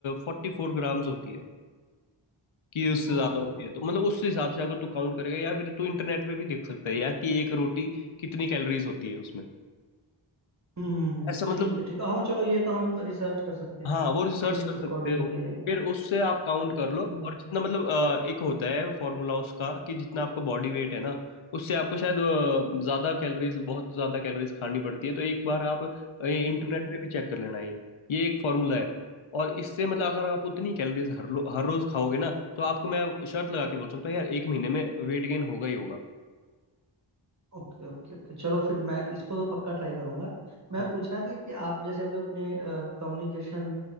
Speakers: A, on the left; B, on the right.
A: फोर्टी फोर ग्राम्स होती है कि उससे
B: Okay
A: ज्यादा
B: okay
A: होती है तो मतलब उस हिसाब से अगर तू काउंट करेगा या फिर तू इंटरनेट पे भी देख सकता है यार कि एक रोटी कितनी कैलोरीज होती है उसमें
B: हम्म हम्म हम्म।
A: ऐसा मतलब
B: ठीक है ठीक है हाँ चलो ये तो हम रिसर्च कर सकते हैं
A: हाँ वो रिसर्च
B: फिर उस
A: कर सकते
B: अकॉर्डिंग
A: हो
B: ले लेंगे
A: फिर उससे आप काउंट कर लो
B: हम्म
A: और जितना मतलब अ, एक होता है फॉर्मूला उसका कि जितना आपका बॉडी वेट है ना उससे आपको शायद अ, ज्यादा कैलोरीज बहुत ज्यादा कैलोरीज खानी पड़ती है तो एक बार आप अ, ये इंटरनेट
B: हम्म हम्म। हम्म।
A: पे भी चेक कर लेना ये ये एक फॉर्मूला है और इससे मतलब अगर आप उतनी कैलोरीज हर लो हर रोज खाओगे ना तो आपको मैं शर्त लगा के बोल सकता हूँ यार एक महीने में वेट गेन होगा ही होगा
B: ओके ओके ओके चलो फिर मैं इसको तो पक्का ट्राई करूंगा मैं
A: हाँ
B: पूछ रहा था कि आप जैसे अभी अपने कम्युनिकेशन